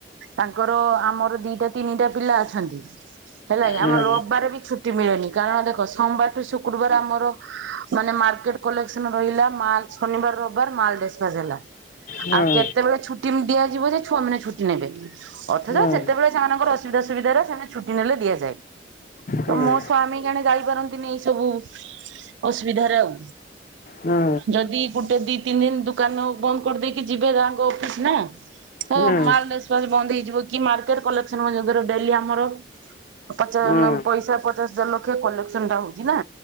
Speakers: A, on the right (about 80°); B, on the left (about 45°).
A: ତାଙ୍କର ଆମର ଦିଟା ତିନିଟା ପିଲା ଅଛନ୍ତି ହେଲା
B: ହୁଁ
A: ଆମର ରବିବାର ବି ଛୁ ମିିଳେନି କାରଣ ଦେଖ ସୋମବାର ଠୁ ଶୁକ୍ରବାର ଆମର ମାନେ ଆମର ମାର୍କେଟ କଲେକସନ ରହିଲା ମାଲ ଶନିବାର ରବିବାର ମାଲ ଦେଷ୍ଟରାଜ ହେଲା।
B: ହୁଁ
A: ଆଉ କେତେବେଳେ ଛୁଟି ଦିଆଯିବ ଯେ ଛୁଆ ମାନେ ଛୁଟି ନେବେ। ଅଥଚ
B: ହୁଁ
A: ସେତେବେଳେ ସେମାନଙ୍କର ଅସୁବିଧା ସୁବିଧାରେ ସେମାନେ ଛୁଟି ନେଲେ ଦିଆଯାଏ। ତ
B: ହୁଁ।
A: ମୋ ସ୍ଵାମୀ କେଣେ ଯାଇପାରନ୍ତିନି ଏଇ ସବୁ ଅସୁବିଧାରେ ଆଉ।
B: ହୁଁ
A: ଯଦି ଗୋଟେ ଦି ତିନି ଦିନ ଦୋକାନ ବନ୍ଦ କରିଦେଇକି ଯିବେ ତାଙ୍କ ଅଫିସ ନା ତ
B: ହୁଁ
A: ମାଲ ଡେସ ବନ୍ଦ ହେଇଯିବ କି ମାର୍କେଟ କଲେକ୍ସନ ବାଗାର ଡେଲି ଆମର ପଚା
B: ହୁଁ
A: ମ୍ୟାମ ପଇସା ପଚାଶ ଲକ୍ଷ କଲେକ୍ସନ ଟା ହଉଛି ନା